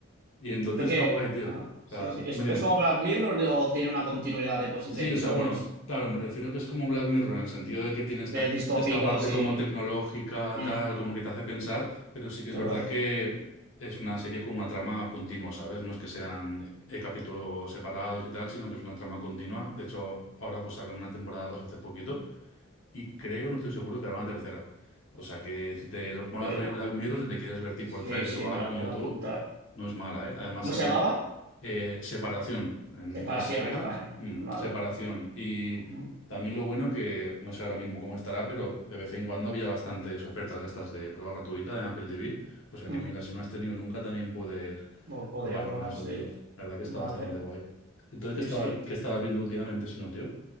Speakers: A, on the left (about 65°); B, on the right (about 50°).
A: Y entonces
B: Creo que...
A: está guay, tío.
B: ah,
A: O
B: sí,
A: sea,
B: sí. ¿Es,
A: dime, dime.
B: es como Black Mirror o tiene una continuidad de, posi-
A: Sí,
B: de episodios?
A: o sea, bueno, claro, me refiero que es como Black Mirror en el sentido de que tiene esta,
B: Del distópico,
A: esta parte
B: así.
A: como tecnológica,
B: Ujú.
A: tal, como que te hace pensar, pero sí que es
B: Igual.
A: verdad que es una serie con una trama continua, ¿sabes? No es que sean eh, capítulos separados y tal, sino que es una trama continua. De hecho, ahora pues sacan una temporada 2 hace poquito y creo, no estoy seguro, que hará una tercera. O sea que si te
B: Muy
A: mola
B: bien.
A: el rollo Black Mirror, si te quieres ver tipo
B: Sí,
A: el tráiler
B: sí,
A: o
B: me
A: algo
B: la
A: en
B: puedo
A: YouTube,
B: apuntar.
A: no es mala, ¿eh? Además,
B: ¿Cómo se llamaba?
A: eh, separación, en
B: Separación
A: inglés severance,
B: en España.
A: mm,
B: Vale.
A: separación. Y
B: Ujú.
A: también lo bueno que, no sé ahora mismo cómo estará, pero de vez en cuando había bastantes ofertas de estas de prueba gratuita de Apple TV. O sea
B: Mm.
A: que mira, si no has tenido nunca, también puedes
B: Lo podría
A: probar
B: probar,
A: con eso,
B: sí.
A: tío. La verdad que está
B: Vale.
A: bastante guay. Entonces, ¿qué
B: Sí,
A: estabas,
B: sí.
A: qué estabas viendo últimamente, si no, tío?